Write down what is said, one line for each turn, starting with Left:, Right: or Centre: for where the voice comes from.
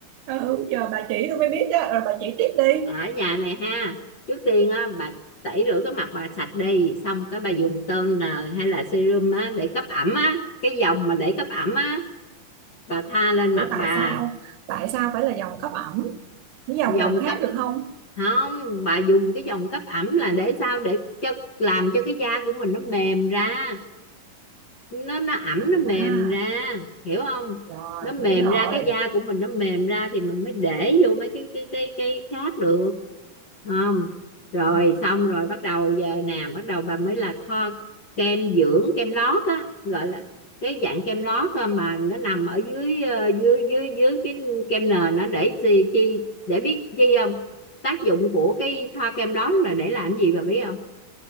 Right: ừ giờ bà chỉ tôi mới biết đó rồi bà chỉ tiếp đi
Left: Ở nhà này ha. Trước tiên á bà tẩy rửa cái mặt bà sạch đi, xong cái bà dùng toner hay là serum á để cấp ẩm á, cái dòng mà để cấp ẩm á, bà tha lên
Right: ủa
Left: mặt
Right: tại
Left: bà.
Right: sao tại sao phải là dòng cấp ẩm cái dòng
Left: Dòng
Right: dòng khác
Left: cấp
Right: được không
Left: không, bà dùng cái dòng cấp ẩm là để sao để cho làm cho cái da của mình nó mềm ra. nó nó ẩm
Right: à
Left: nó mềm ra hiểu không
Right: rồi
Left: nó mềm
Right: hiểu rồi
Left: ra cái da của mình nó mềm ra thì mình mới để vô mấy cái cái cái cái khác được không rồi
Right: Ừ.
Left: xong rồi bắt đầu giờ nè bắt đầu bà mới là thoa kem dưỡng kem lót á gọi là cái dạng kem lót á mà nó nằm ở dưới ờ, dưới dưới dưới cái kem nền nó để chi chi để biết chi không tác dụng của cái thoa kem đó là để làm gì bà biết không